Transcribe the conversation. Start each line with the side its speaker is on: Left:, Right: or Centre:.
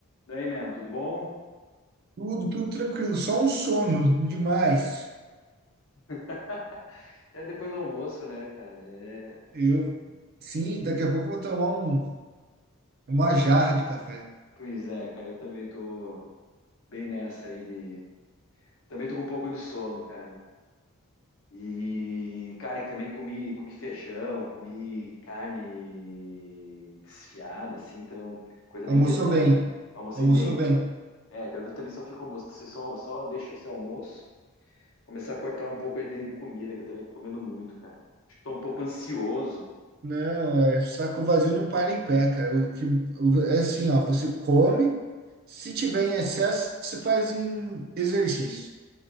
Left: Daí, man, tudo bom?
Right: Tudo, tudo tranquilo, só um sono demais.
Left: <laughs> É depois do almoço, né, cara? É...
Right: Eu, sim, daqui a pouco eu vou tomar um, uma jarra de café.
Left: Pois é, cara, eu também tô bem nessa aí de. Também tô com um pouco de sono, cara. E, cara, que também comi, comi feijão, comi carne desfiada, assim, então, coisa
Right: Almoçou
Left: bem pesada.
Right: bem,
Left: Almocei
Right: almoçou
Left: bem.
Right: bem.
Left: É, quero ver também só fica o almoço. Você só, só deixa esse almoço, começar a cortar um pouco aí de de comida, que eu também tô comendo muito, cara. Acho que Tô um pouco ansioso.
Right: Não, é, saco vazio não para em pé, cara. O que- o- é assim, ó, você come, se tiver em excesso, você faz em exercício,